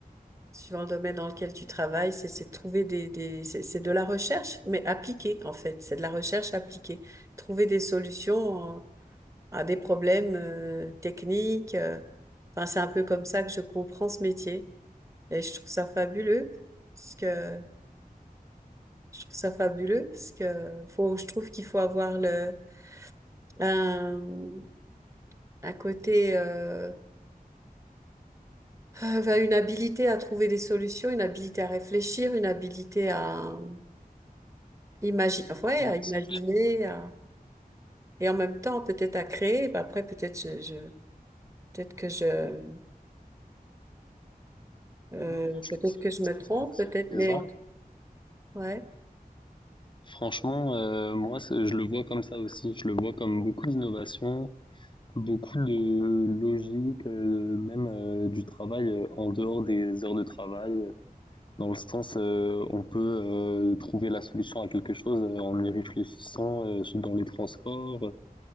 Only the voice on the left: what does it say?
Oui,
oui,
c'est clair.
Non, non, je
trouve,
je trouve
que vous
avez raison.
Franchement, heu, moi, c'est je le vois comme ça aussi. Je le vois comme beaucoup d'innovations, beaucoup de logique, heu, même, heu, du travail, heu, en dehors des heures de travail, heu, dans le sens, heu, on peut, heu, trouver la solution à quelque chose, heu, en y réfléchissant, heu, dans les transports,